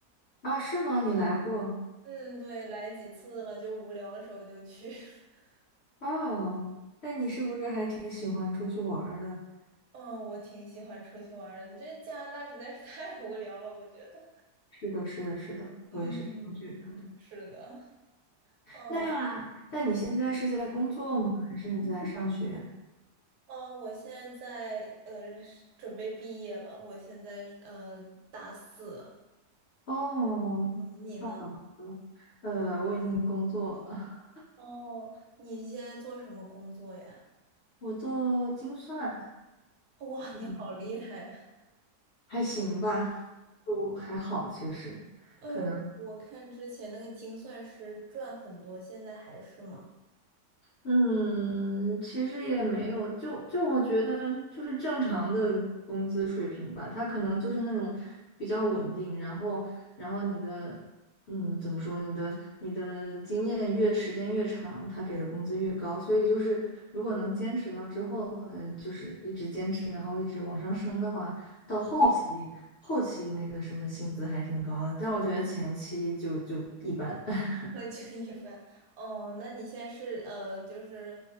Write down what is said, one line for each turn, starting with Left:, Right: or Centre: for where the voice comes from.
Left: 啊，是吗？你来过？
Right: 嗯，对，来几次了，就无聊的时候就去。<laughs>
Left: 哦，那你是不是还挺喜欢出去玩儿的？
Right: 嗯，我挺喜欢出去玩儿的，这加拿大实在是太无聊了，我觉得。
Left: 是的，是的，是的，
Right: 嗯嗯，
Left: 我也是这样觉得的。
Right: 是的。嗯
Left: 那，
Right: 嗯
Left: 那你现在是在工作吗？还是你在上学？
Right: 呃，我现在在呃是准备毕业了，我现在呃大四。
Left: 哦，
Right: 嗯你呢？
Left: 太好了，呃，我已经工作了，
Right: 哦，你现在做什么工作呀？
Left: 我做精算，
Right: 哇，
Left: 嗯
Right: 你好厉害呀！
Left: 还行吧，就还好，其实可能。
Right: 哎呦，我看之前那个精算师赚很多，现在还是吗？
Left: 嗯，其实也没有，就就我觉得就是正常的工资水平吧，他可能就是那种比较稳定，然后然后你的嗯怎么说，你的你的经验越时间越长，他给的工资越高，所以就是如果能坚持到之后，呃，就是一直坚持，然后一直往上升的话，到后期后期那个什么薪资还挺高的，但我觉得前期就就一般。<laughs>
Right: <laughs> 就一般。哦，那你现在是呃，就是